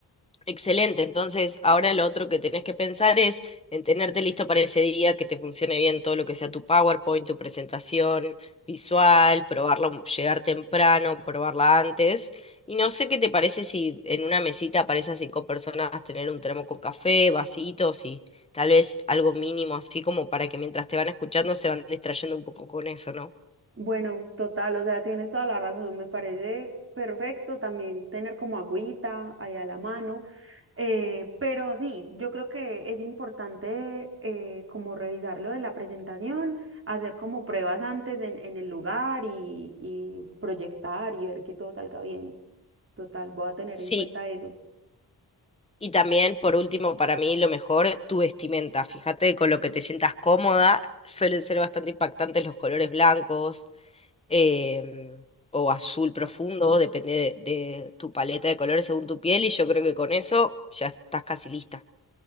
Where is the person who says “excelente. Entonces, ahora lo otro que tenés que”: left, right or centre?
Left